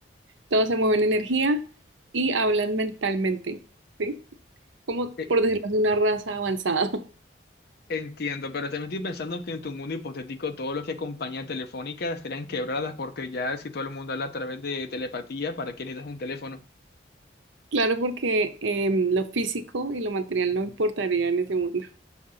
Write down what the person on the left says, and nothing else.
Eh,
Entiendo, pero también estoy pensando que en tu mundo hipotético todo lo que acompaña telefónica estarían quebradas porque ya si todo el mundo habla a través de telepatía, ¿para qué necesitas un teléfono?